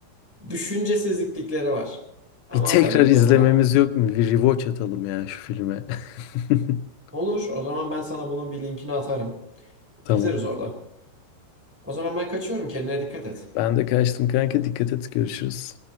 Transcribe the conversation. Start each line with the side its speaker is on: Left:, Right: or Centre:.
Centre: düşüncesizlikleri var. Ama
Left: Bir tekrar
Centre: o kadar
Left: izlememiz
Centre: da o
Left: yok mu? Bir rewatch atalım ya şu filme. <laughs>
Centre: Olur o zaman ben sana bunun bir linkini atarım.
Left: Tamam.
Centre: İzleriz orada. O zaman ben kaçıyorum kendine dikkat et.
Left: Ben de kaçtım kanka. Dikkat et. Görüşürüz.